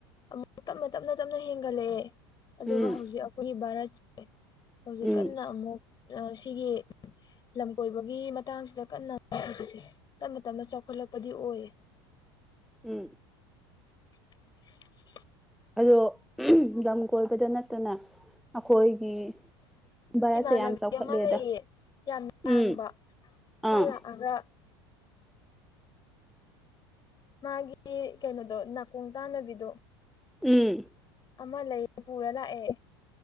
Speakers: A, on the left (about 35°); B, in the centre.
A: ꯑꯃꯨꯛ ꯇꯞꯅ ꯇꯞꯅ ꯇꯞꯅ ꯍꯤꯡꯒꯠꯂꯛꯑꯦ ꯑꯗꯨꯒ
B: ꯎꯝ
A: ꯍꯧꯖꯤꯛ ꯑꯈꯣꯏꯒꯤ ꯚꯥꯔꯠ ꯍꯧꯖꯤꯛ
B: ꯎꯝ
A: ꯀꯟꯅ ꯑꯃꯨꯛ ꯑꯥ ꯁꯤꯒꯤ ꯂꯝ ꯀꯣꯏꯕꯒꯤ ꯃꯇꯥꯡꯁꯤꯗ ꯀꯟꯅ ꯍꯧꯖꯤꯛꯁꯦ ꯇꯞꯅ ꯇꯞꯅ ꯆꯥꯎꯈꯠꯂꯛꯄꯗꯤ ꯑꯣꯏꯌꯦ
B: ꯎꯝ
A: <inaudible>
B: ꯑꯗꯣ ꯎꯝ ꯂꯝ ꯀꯣꯏꯕꯗ ꯅꯠꯇꯅ ꯑꯈꯣꯏꯒꯤ ꯚꯥꯔꯠꯁꯦ
A: ꯏꯃꯥꯟꯅꯕꯤ
B: ꯌꯥꯝ ꯆꯥꯎꯈꯠꯂꯦꯗ
A: ꯑꯃ ꯂꯩꯌꯦ ꯌꯥꯝ ꯂꯥꯡꯕ
B: ꯎꯝ
A: ꯃꯥ
B: ꯑꯥ
A: ꯂꯥꯛꯑꯒ ꯃꯥꯒꯤ ꯀꯩꯅꯣꯗꯣ ꯅꯥꯀꯣꯡ ꯇꯥꯟꯅꯕꯤꯗꯣ
B: ꯎꯝ
A: ꯑꯃ ꯂꯩꯔ ꯄꯨꯔ ꯂꯥꯛꯑꯦ